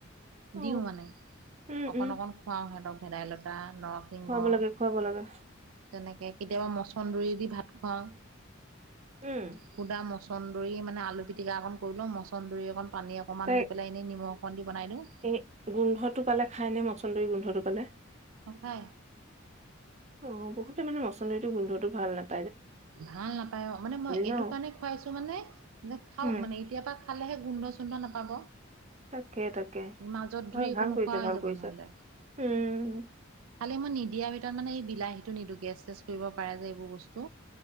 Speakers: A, on the right; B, on the right.
A: অ',
B: দিও মানে
A: উম,
B: অকন-
A: উম,
B: অকন খুৱাও সিহঁতক ভেদাইলতা নৰসিংহ
A: খুৱাব লাগে-খুৱাব লাগে।
B: তেনেকে কেতিয়াবা মচন্দৰি দি ভাত খুৱাওঁ।
A: উম,
B: সুদা মচন্দৰী মানে আলু পিটিকা অকণ কৰি লওঁ মচন্দৰী অকণ পানী অকণমান
A: তাই
B: দি পেলাই এনেই নিমখ অকণ দি বনাই দিওঁ
A: এই গোন্ধটো পালে খাই নে মচন্দৰী গোন্ধটো পালে?
B: সচায়।
A: অ, বহুতে মানে মচন্দৰি টো গোন্ধটো ভাল নাপ
B: ভাল নাপায় অ, মানে মই
A: ন
B: এইটো কাৰণে খুৱাইছো মানে যে খাওক
A: উম
B: মানে এতিয়াৰ পৰা খালেহে গোন্ধ চো চোন্ধ নাপাব।
A: তাকে তাকে
B: মাজত
A: হয়
B: ধুই একো
A: ভাল
B: নোখোৱা
A: কৰিছে
B: হৈ
A: ভাল
B: যাব
A: কৰিছে
B: নহ'লে।
A: উম
B: কালি মই নিজে দিয়াৰ ভিতৰত মানে এই বিলাহীটো নিদো গেছ চেছ কৰিব পাৰে যে এইবোৰ বস্তু